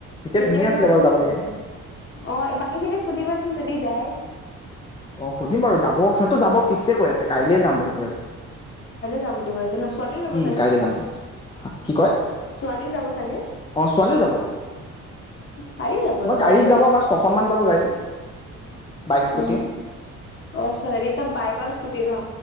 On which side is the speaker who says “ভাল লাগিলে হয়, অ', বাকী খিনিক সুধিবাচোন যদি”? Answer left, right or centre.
Left